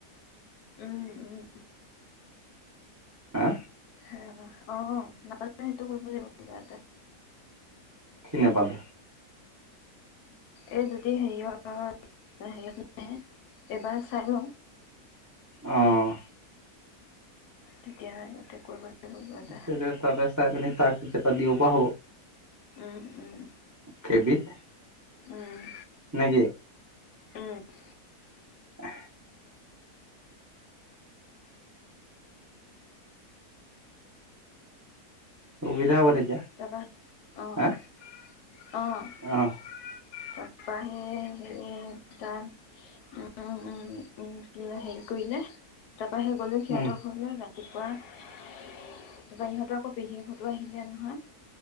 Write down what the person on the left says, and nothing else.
উম উম
অ অ নাযানো সেইটো কৰিব লাগিব কিবা এটা
এই যদি হেৰিয় হেৰিত নে এইবাৰ চাই লওঁ
তেতিয়া ইয়াতে কৰিব লাগিব কিবা এটা
উম উম
উম!
আহ
তাৰপা আহ
আহ তাৰপ
সেই ত হেৰি কৰিলে, তাৰৰা সেই গ'লো সিহঁতৰলৈ ৰাতি।
ৰাতিপুৱা তাৰ পৰা ইহঁতৰ আকৌ পেহীয়েকহটো আহিছে নহয়।